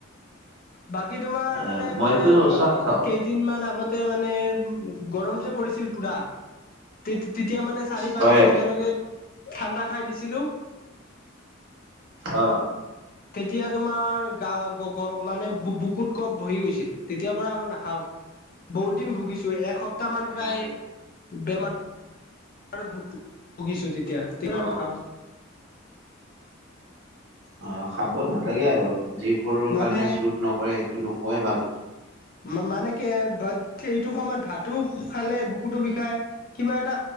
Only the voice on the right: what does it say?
এ
মইতো
চব খাওঁ
হয়
অ
হয়
অঁ।
অঁ খাব নালাগে আৰু যি- সৰুৰ
কাৰণে চুট নকৰে সেইটো নোখোৱাই ভাল।